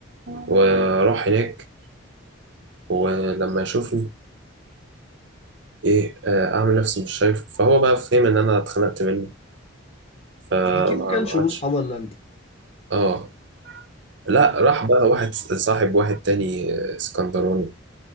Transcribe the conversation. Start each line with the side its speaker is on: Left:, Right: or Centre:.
Right: وأروح هناك ولما يشوفني إيه آه، أعمل نفسي مش شايفه فهو بقى فهم إن أنا اتخنقت منه فما
Left: اكيد ما كانش
Right: ما
Left: له
Right: عادش
Left: صحاب الا انت
Right: آه لا
Left: اه
Right: راح بقى واحد صاحب واحد تاني آه، اسكندراني